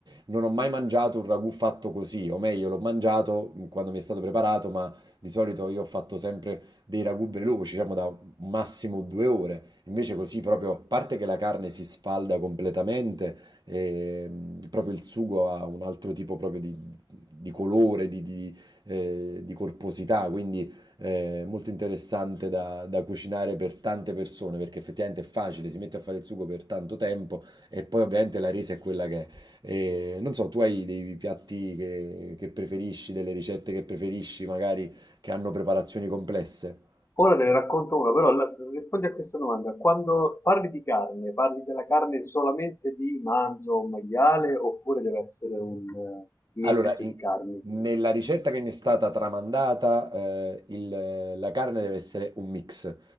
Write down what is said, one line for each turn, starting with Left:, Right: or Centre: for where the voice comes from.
Right: Non ho mai mangiato un ragù fatto così, o meglio, l'ho mangiato quando mi è stato preparato, ma di solito io ho fatto sempre dei ragù veloci, diciamo da un massimo due ore. Invece così proprio,
Left: Eh,
Right: a parte che la carne si sfalda completamente, ehm, proprio il sugo ha un altro tipo proprio di, di colore, di, di, eh, di corposità, quindi eh, molto interessante da, da cucinare per tante persone perché effettivamente è facile, si mette a fare il sugo per tanto tempo e poi ovviamente la resa è quella che è. E, non so, tu hai dei piatti che, che preferisci, delle ricette che preferisci, magari che hanno preparazioni complesse?
Left: Ora te ne racconto una, però la- rispondi a questa domanda. Quando parli di carne, parli della carne solamente di manzo o maiale oppure deve essere un eh, mix
Right: Allora, in-
Left: di carni?
Right: nella ricetta che mi è stata tramandata, eh, il- la carne deve essere un mix.